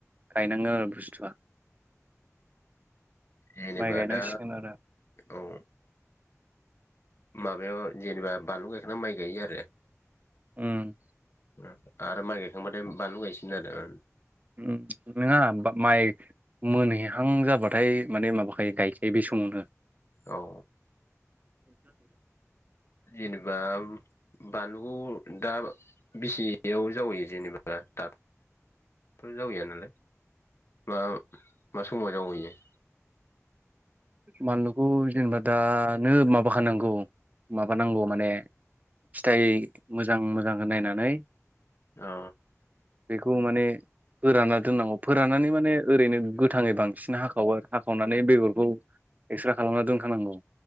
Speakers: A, on the right; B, on the left.
A: गायनांगोन आरो बुस्थुआ
B: जेनेबा
A: माइ गायनांसिगोन
B: दा
A: आरो
B: औ माबायाव जेनेबा बानलु गायखांना माइ गायो आरो
A: ओम
B: ओ आरो माइ गायखांबाथाय बानलु गायसिगोन आरो
A: ओम नङा माइ मोनहैहां जाबाथाय माने माबाखायो गायखायो बे समावनो
B: औ
A: <inaudible>
B: जेनेबा बानलुखौ दा बेसेयाव जावैयो जेनेबा ओ दाद फुल जावैया नालाय मा मा समाव जावैयो
A: बानलुखौ जेनेबा दानो माबाखानांगौ माबानांगौ माने फिथाइ मोजां मोजां नायनानै
B: औ
A: बेखौ माने फोरानना दोननांगौ फोराननानै माने ओरैनो गोथाङै बांसिन हाखावयो हाखावनानै बेगर खौ एकस्रा खालामना दोनखानांगौ